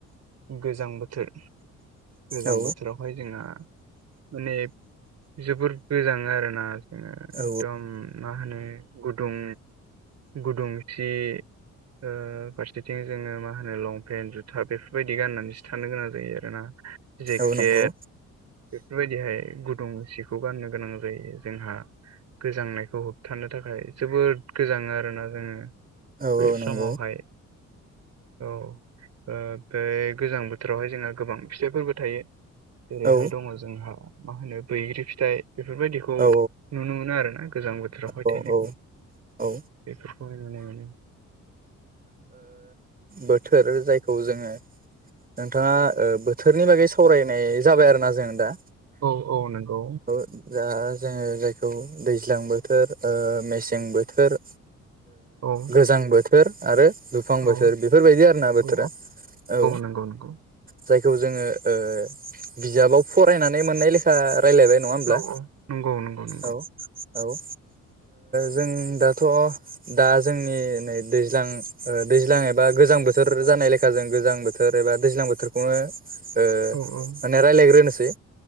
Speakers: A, on the right; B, on the right.
A: गोजां बोथोर गोजां
B: औ
A: बोथोराव। बेहाय जोंहा माने जोबोर गोजाङो आरोना। ओ
B: औ
A: एकदम मा होनो गुदुं गुदुंथि ओ फारसेथिं जोङो मा होनो लंपेन्ट जुथा बेफोरबायदि गाननानैसो थानो गोनां जायो आरोना। जेकेट।
B: औ नंगौ
A: बेफोरबायदिहाय गुदुं सिखौ गाननो गोनां जायो जोंहा गोजांनायखौ होबथानो थाखाय जोबोद गोजाङो आरोना। जोङो
B: औ
A: बै
B: औ नंगौ
A: समावहाय औ ओ ओमफाय गोजां बोथोरावहाय जोंहा गोबां फिथाइफोरबो थायो। जेरैहाय
B: औ
A: दङ जोंहा मा होनो बैग्रि फिथाइ बेफोरबायदिखौ
B: औ
A: नुनो मोनो आर ना गोजां बोथोरावहाय
B: औ
A: थायनायखौ
B: औ औ ओ
A: बेफोरखौ। मोनो।
B: बोथोर जायखौ जोङो। नोंथाङा बोथोरनि बागै सावरायनाय जाबाय आरोना जों दा।
A: औ औ नंगौ।
B: औ दा जोङो जायखौ दैज्लां बोथोर मेसें बोथोर।
A: औ
B: गोजां बोथोर आरो दुफां बोथोर।
A: औ
B: बेफोरबायदि आरो ना बोथोरा
A: औ
B: औ।
A: नंगौ नंगौ
B: जायखौ जोङो ओ बिजाबाव फरायनानै मोननाय लेखा रायज्लायबाय। नङा हब्ला
A: औ औ नंगौ नंगौ नंगौ
B: औ औ। ओ जों दाथ' दा जोंनि नै दैज्लां दैज दैज्लां एबा गोजां बोथोर जानाय लेखा जों गोजां बोथोर एबा दैज्लां बोथोरखौनो ओ
A: औ औ
B: माने राय्लायग्रोनोसै।